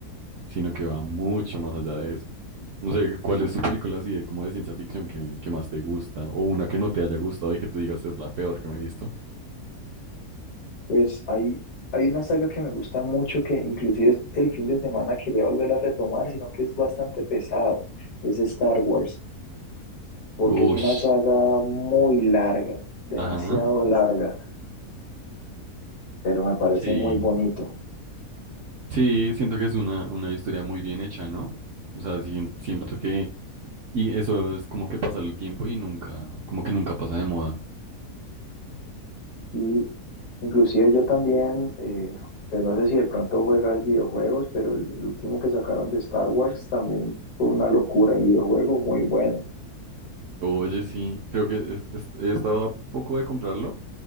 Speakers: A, on the right; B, on the left.
A: sino que va mucho más allá de eso. No sé, ¿cuál es tu película así de como de ciencia ficción que, que más te gusta? O una que no te haya gustado y que tú digas es la peor que me he visto.
B: Pues hay, hay una saga que me gusta mucho que inclusive es- el fin de semana quería volver a retomar, sino que es bastante pesado. Es Star Wars, porque
A: Ush.
B: es una saga muy larga, demasiado
A: Ajá.
B: larga, pero me parece
A: Sí.
B: muy bonito.
A: Sí, siento que es una, una historia muy bien hecha, ¿no? O sea, sien- siento que... Y eso es como que pasa el tiempo y nunca, como que nunca pasa de moda.
B: Y inclusive yo también, eh, pues no sé si de pronto juegas videojuegos, pero el, el último que sacaron de Star Wars también fue una locura, el videojuego muy bueno.
A: Oye, sí, creo que es- es- he estado a poco de comprarlo,